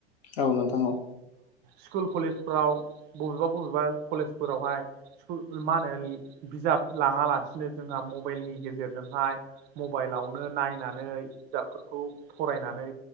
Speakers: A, on the left (about 70°); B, on the right (about 30°).
A: औ नोंथां औ
B: स्कुल कलेजफोराव बबेबा बबेबा कलेजफोरावहाय सुल मा होनो बिजाब लाङालासिनो जोंहा मबाइलनि गेजेरजोंहाय मबाइलावनो नायनानै बिजाबफोर खौ फरायनानै